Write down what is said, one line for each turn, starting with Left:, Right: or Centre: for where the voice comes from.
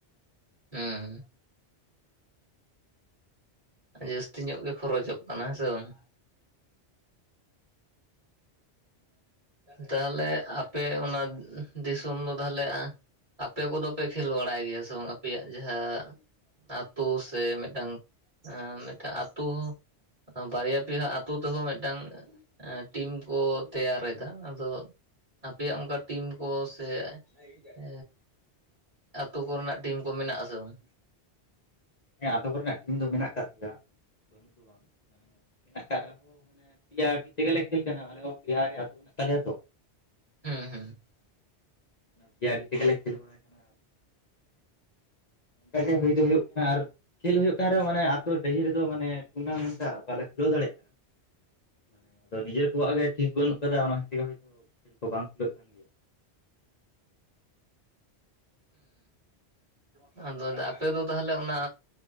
Right: ᱩᱸᱻ ᱡᱟᱹᱥᱛᱤ ᱧᱚᱜ ᱜᱮ ᱠᱷᱚᱨᱚᱪᱚᱜ ᱠᱟᱱᱟ ᱦᱮᱸ ᱥᱮ ᱵᱟᱝ ᱾ ᱛᱟᱦᱚᱞᱮ ᱟᱯᱮ ᱚᱱᱟ ᱫᱤᱥᱚᱢ ᱫᱚ ᱛᱟᱦᱞᱮ ᱟᱯᱮ ᱠᱚᱫᱚ ᱯᱮ ᱠᱷᱮᱞ ᱵᱟᱲᱟᱭ ᱜᱮᱭᱟ ᱥᱮ ᱵᱟᱝ ᱟᱯᱮᱭᱟᱜ ᱡᱟᱦᱟᱸ ᱟᱛᱳ ᱥᱮ ᱢᱤᱫᱴᱟᱝ ᱢᱤᱫᱴᱟᱝ ᱟᱛᱳ ᱦᱚᱸ ᱵᱟᱨᱭᱟ ᱯᱤᱭᱟ ᱟᱛᱳ ᱛᱮᱦᱚᱸ ᱢᱤᱫᱴᱟᱝ ᱴᱤᱢ ᱠᱚ ᱛᱮᱭᱟᱨ ᱮᱫᱟ ᱟᱫᱚ ᱟᱯᱮᱭᱟᱜ ᱚᱱᱠᱟ ᱴᱤᱢ ᱠᱚ ᱥᱮ <unintelligible> ᱟᱹᱛᱩ ᱠᱚᱨᱮᱱᱟᱜ ᱴᱤᱢ ᱠᱚ ᱢᱮᱱᱟᱜ-ᱟ ᱥᱮ ᱵᱟᱝ?
Left: ᱦᱮᱸ ᱟᱛᱳ ᱠᱚᱨᱮᱱᱟᱜ ᱴᱤᱢ ᱫᱚ ᱢᱮᱱᱟᱜ ᱠᱟᱜ ᱜᱮᱭᱟ ᱵᱟᱹᱱᱩᱜ ᱫᱚ ᱵᱟᱝ ᱢᱟᱱᱮ ᱢᱮᱱᱟᱜ ᱠᱟᱜ ᱨᱮᱦᱚᱸ ᱢᱟᱱᱮ ᱯᱮᱭᱟ ᱰᱤ ᱛᱮᱜᱮᱞᱮ ᱠᱷᱮᱞ ᱠᱟᱱᱟ, ᱟᱞᱮ ᱦᱚᱸ ᱯᱮᱭᱟ ᱜᱮ ᱟᱹᱛᱩ ᱢᱮᱱᱟᱜ ᱛᱟᱞᱮᱭᱟ ᱛᱚ ᱾
Right: ᱦᱮᱸ ᱦᱮᱸ ᱾
Left: ᱯᱮᱭᱟ ᱰᱤ ᱛᱮᱜᱮᱞᱮ ᱠᱷᱮᱞ ᱵᱟᱲᱟᱭ ᱠᱟᱱᱟ ᱚᱱᱠᱟᱜᱮ ᱦᱩᱭ ᱫᱚ ᱦᱩᱭᱩᱜ ᱠᱟᱱᱟ ᱟᱨ ᱠᱷᱮᱞ ᱦᱩᱭᱩᱜ ᱠᱟᱱ ᱨᱮᱦᱚᱸ ᱢᱟᱱᱮ ᱟᱹᱛᱩ ᱰᱟᱹᱦᱤ ᱨᱮᱫᱚ ᱢᱟᱱᱮ ᱴᱩᱨᱱᱟᱢᱮᱱᱴ ᱴᱟᱜ ᱵᱟᱞᱮ ᱠᱷᱩᱞᱟᱹᱣ ᱫᱟᱲᱮᱭᱟᱜ ᱠᱟᱱᱟ ᱾
Right: <inaudible>
Left: ᱢᱟᱱᱮ ᱟᱫᱚ ᱱᱤᱡᱮᱨ ᱠᱚᱣᱟᱜ ᱜᱮ ᱴᱷᱤᱠ ᱵᱟᱹᱱᱩᱜ ᱟᱠᱟᱫᱟ ᱚᱱᱟ ᱦᱚᱛᱮᱜᱮ ᱦᱳᱭᱛᱳ ᱠᱷᱮᱞ ᱠᱚ ᱵᱟᱝ ᱠᱷᱩᱞᱟᱹᱜ ᱠᱟᱱ ᱜᱮᱭᱟ ᱾
Right: ᱦᱮᱸ ᱟᱫᱚ ᱟᱯᱮ ᱫᱚ ᱛᱟᱦᱚᱞᱮ ᱚᱱᱟ